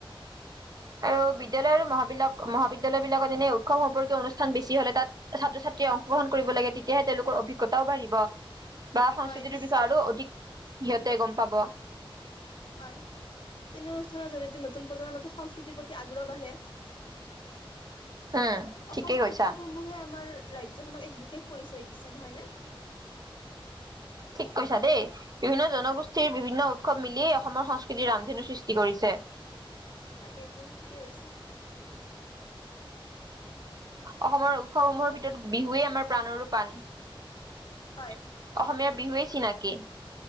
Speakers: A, on the right (about 45°); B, on the left (about 60°).
A: আৰু বিদ্যালয় আৰু মহাবিলক মহাবিদ্যালয় বিলাকত এনে উৎসৱ সম্পৰ্কীয় অনুষ্ঠ খন বেছি হলে তাত ছাত্ৰ ছাত্ৰীয়ে অংশগ্ৰহণ কৰিব লাগে তেতিয়াহে তেওঁলোকৰ অভিজ্ঞতাও বাঢ়িব। বা সংস্কৃতিটোৰ
B: হয় নিশ্চয়
A: বিষয়ে আৰু অধিক। সিহঁতে গম পাব।
B: হয় তেনে অনুষ্ঠানৰ জৰিয়তে নতুন প্ৰজন্মৰ মাজত সংস্কৃতিৰ প্ৰতি আগ্ৰহ বাঢ়ে।
A: উম ঠিকেই
B: অসমৰ
A: কৈছা
B: উৎসৱ সমূহে আমাৰ। ৰাজ্যখনক এক বিশেষ। পৰিচয় দিছে নহয় নে।
A: ঠিক কৈছা দেই বিভিন্ন জনগোষ্ঠীৰ বিভিন্ন উৎসৱ মিলিয়েই অসমৰ সংস্কৃতিৰ ৰামধেনু সৃষ্টি কৰিছে।
B: তাকে তুমি ঠিকেই কৈছা।
A: অসমৰ উৎসৱসমূহৰ ভিতৰত বিহুৱেই আমাৰ প্ৰাণৰো পাণ অসমীয়া
B: হয়
A: বিহুৱেই। চিনাকি।